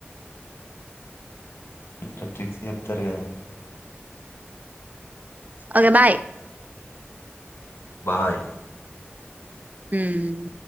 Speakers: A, on the left; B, on the right.
A: అంత ట్రిక్స్ చెప్తారు కదా
B: ఓకే బాయ్
A: బాయ్
B: మ్మ్